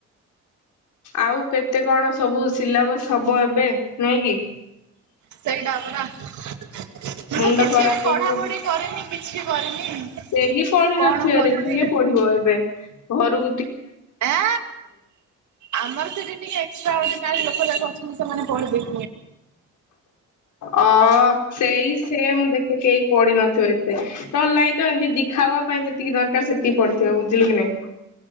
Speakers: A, on the left; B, on the right.
A: ଆଉ କେତେ କଣ ସବୁ ସିଲାବସ ହବ ଏବେ ନାଇଁ କି?
B: ସେଇଟା ପରା ମୁଁ
A: ମୁଣ୍ଡ
B: ତ କିଛି
A: ଖରାପ
B: ବି
A: ହେଇଯିବ
B: ପଢାପଢି କରିନି କିଛି କରିନି।
A: କେହି ପଢିନଥରେ
B: କଣ କରିବି
A: କିଏ ପଢିବ ଏବେ ଘରୁ।
B: ଏଁ ଆମର ସେଠି ଟିକେ ଏକ୍ସଟ୍ରା ଅଡିନାାର ଲୋକ ଯାକ ଅଛନ୍ତି ସେମାନେ ପଢିବେ।
A: ଅ ସେଇ ସେ ଦେଖିକି ଏ ପଡିିନଥିବ ଏତେ ତ ନାଇଁ ତ ଏମିତି ଦେଖା ହବା ପାଇଁ ଯେତିକି ଦରକାର ସେତିକି ପଡିଥିବ ବୁଝିଲେ କି ନାଇଁ। ହୁଁ